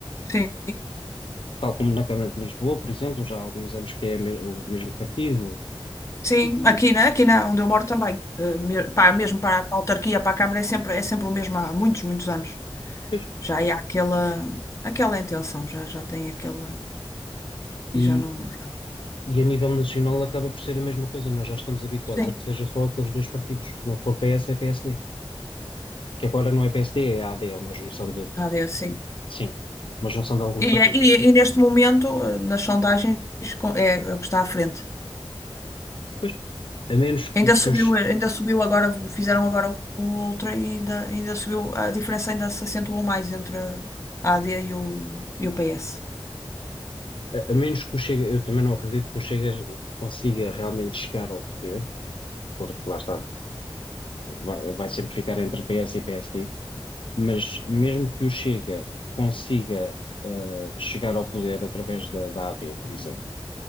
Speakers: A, on the left; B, on the left.
A: sim,
B: tal como na Câmara de Lisboa, por exemplo, já há alguns anos que é me- o mesmo partido,
A: sim,
B: e,
A: aqui,
B: e-
A: né? Aqui na, onde eu moro também, Eh, me- pá,
B: pois,
A: mesmo para, para a autarquia, para a Câmara, é sempre, é sempre o mesmo há muitos, muitos anos.
B: pois.
A: Já há aquela, aquela intenção, já, já tem aquela. E já
B: E-
A: não. Já não.
B: e a nível nacional acaba por ser a mesma coisa. Nós já estamos habituados
A: Sim,
B: a que seja só aqueles dois partidos. Se não for PS, é PSD. Que agora não é PSD, é AD, é uma junção de,
A: AD, sim.
B: sim, uma junção de alguns
A: E,
B: partidos.
A: é- e, e neste momento, eh, nas sondagens, com- é, é o que está à frente.
B: Pois, a menos que,
A: Ainda
B: que
A: subiu,
B: os,
A: eh, ainda subiu agora, fizeram agora outra e ainda, ainda subiu, a diferença ainda se acentuou mais entre a AD e o, e o PS.
B: a, a menos que o Chega, eu também não acredito que o Chega consiga realmente chegar ao poder, porque lá está, vai, vai sempre ficar entre PS e PSD Mas mesmo que o Chega consiga eh, chegar ao poder através da, da AD, por exemplo,